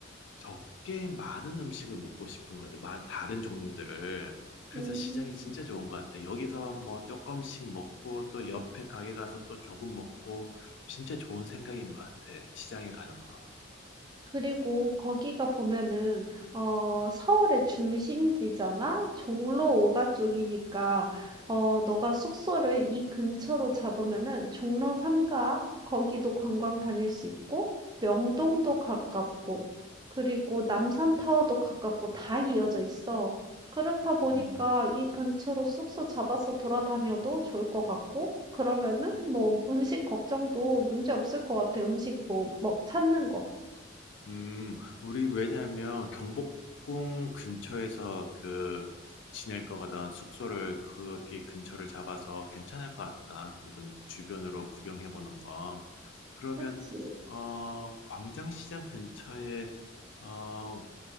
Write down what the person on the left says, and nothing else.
적게 많은 음식을 먹고 싶은 거 같아. 마- 다른 종류들을. 그래서
시장이 진짜 좋은 것 같아. 여기서 뭐 조금씩 먹고 또 옆에 가게 가서 또 조금 먹고 진짜 좋은 생각인 것 같아. 시장에 가는 거.
음.
음, 우리 왜냐하면 경복궁 근처에서 그 지낼 거거든. 숙소를 거기 근처를 잡아서 괜찮을 것 같다. 그건 주변으로 구경해 보는 거. 그러면
어 광장시장 근처에 어